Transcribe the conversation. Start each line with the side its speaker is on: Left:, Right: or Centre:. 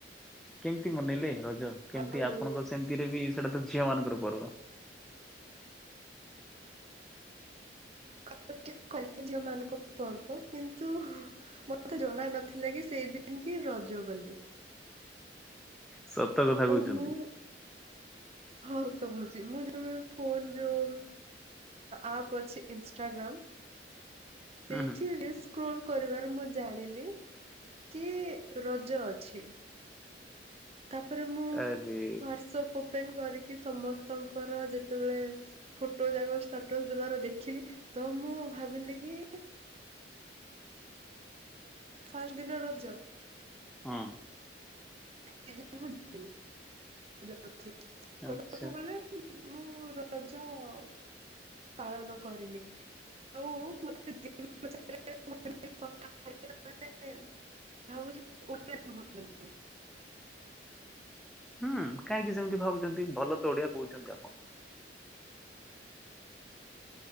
Centre: କେମିତି ମନେଇଲେ ରଜ? କେମିତି
Right: ଆଉ
Centre: ଆପଣଙ୍କ ସେମିତିରେ ବି ସେଇଟା ତ ଝିଅ ମାନଙ୍କର ପର୍ବ।
Right: କଲେ ଝିଅ ମାନଙ୍କ ପର୍ବ କିନ୍ତୁ ମତେ ଜଣା ନଥିଲା କି, ସେଇଦିନି କି ରଜ ବୋଲି।
Centre: ସତ କଥା କହୁଚନ୍ତି।
Right: ଆଉ ମୁଁ ହଁ ସତ କହୁଚି, ମୁଁ ଜମାରୁ ଫୋନ ଯଉ ଆପ ଅଛି, ଇଷ୍ଟାଗ୍ରାମ
Centre: ହୁଁ
Right: ସେଇଠି
Centre: ହୁଁ
Right: ରିସ୍କି କଲ୍ କରିବାରୁ ମୁଁ ଜାଣିଲି, କି ରଜ ଅଛି। ତାପରେ ମୁଁ
Centre: ଆରେ
Right: ହ୍ଵାଟସପ୍ ଓପେନ୍ କରିକି ସମସ୍ତଙ୍କର ଯେତେବେଳେ ଫଟୋ ଯାକ ଷ୍ଟାଟସ ଦେବାର ଦେଖିଲି, ତ ମୁଁ ଭାବିଲି କି ଫାଷ୍ଟ ଦିନ ରଜ
Centre: ହଁ।
Right: <unintelligible>
Centre: ଆଚ୍ଛା।
Right: କହିବାକୁ ଗଲେ ମୁଁ ର ରଜ ଅ ପାଳନ କରିନି, ଆଉ ମତେ <unintelligible> <unintelligible> ଭାବୁଚି <unintelligible>
Centre: ହଁ, କାହିଁକି ସେମିତି ଭାବୁଚନ୍ତି, ଭଲ ତ ଓଡିଆ କହୁଚନ୍ତି ଆପଣ?